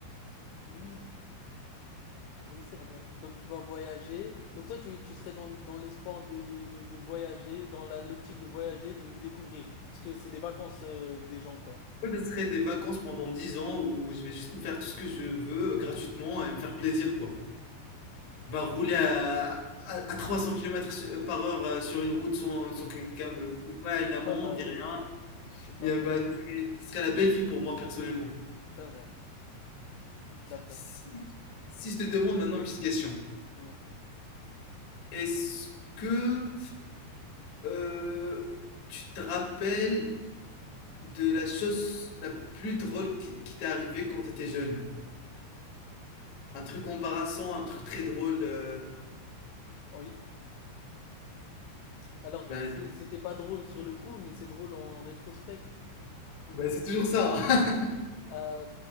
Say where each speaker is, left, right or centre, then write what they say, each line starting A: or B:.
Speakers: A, on the left (about 85°); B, on the left (about 45°).
A: oui. Oui, c'est vrai. Donc tu vas voyager. Donc toi, tu, tu serais dans, le- dans l'espoir de, de, de, de voyager, dans la, l'optique de voyager, de découvrir. Parce que c'est des vacances euh, des gens, quoi.
B: Moi, Ce serait des vacances pendant 10 ans où je vais juste me faire tout ce que je veux euh, gratuitement et me faire plaisir, quoi. bah, rouler à, à, à 300 kilomètres par heure euh, sur une route sans, sans que quelqu'un me dise ouais,
A: C'est
B: une amende
A: pas mal.
B: ni rien,
A: C'est pas
B: et,
A: mal.
B: euh, bah, ce serait- ce serait la belle vie pour moi personnellement.
A: C'est vrai. Je suis d'accord.
B: Si, si je te demande maintenant une petite question,
A: Dis-moi.
B: est-ce que euh, tu te rappelles de la chose la plus drôle qui, qui t'est arrivée quand t'étais jeune? Un truc embarrassant, un truc très drôle. euh,
A: Oui. Alors,
B: bah,
A: c'est-
B: du coup,
A: c'était pas drôle sur le coup, mais c'est drôle en rétrospect.
B: bah, c'est toujours ça. hein.
A: Euh,